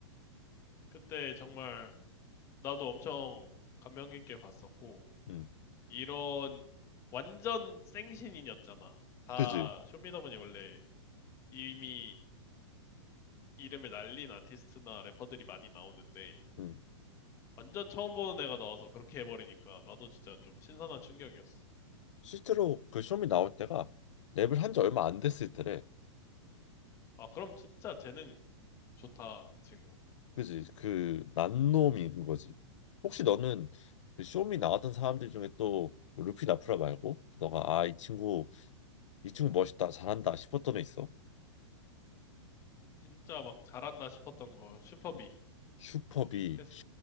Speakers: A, on the left; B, on the left.
A: 그때 정말 나도 엄청 감명 깊게 봤었고,
B: 음,
A: 이런 완전 생신인이었잖아. 다
B: 그지?
A: 쇼미더머니 원래 이미 이름을 날린 아티스트나 래퍼들이 많이 나오는데,
B: 음,
A: 완전 처음 보는 애가 나와서 그렇게 해버리니까 나도 진짜 좀 신선한 충격이었어.
B: 실제로 그 쇼미 나올 때가 랩을 한 지 얼마 안 됐을 때래.
A: 아, 그럼 진짜 재능 좋다, 그 친구.
B: 그지 그 난놈인 거지 혹시 너는 그 쇼미 나왔던 사람들 중에 또 뭐 루피 나프라 말고 너가 아 이 친구 이 친구 멋있다 잘한다 싶었던 애 있어
A: 진짜 막 잘한다 싶었던 거, 슈퍼비.
B: 응. 슈퍼비
A: 그래서